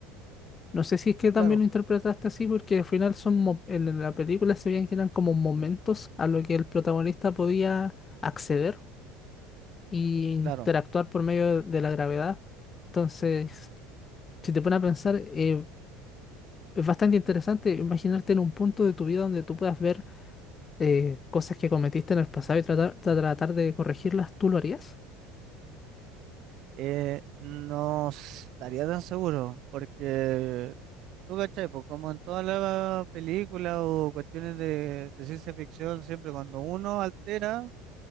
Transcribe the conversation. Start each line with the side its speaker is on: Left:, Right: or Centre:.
Left: No sé si es que también
Right: claro,
Left: lo interpretaste así, porque al final son mo- en en la película se veían que eran como momentos a lo que el protagonista podía acceder y interactuar
Right: claro.
Left: por medio de de la gravedad. Entonces, si te pones a pensar, eh, es bastante interesante imaginarte en un punto de tu vida donde tú puedas ver eh, cosas que cometiste en el pasado y tratar, tra- tratar de corregirlas, ¿tú lo harías?
Right: Eh, no estaría tan seguro porque... ¿Tú cachai? Pues como en todas las películas o cuestiones de, de ciencia ficción, siempre cuando uno altera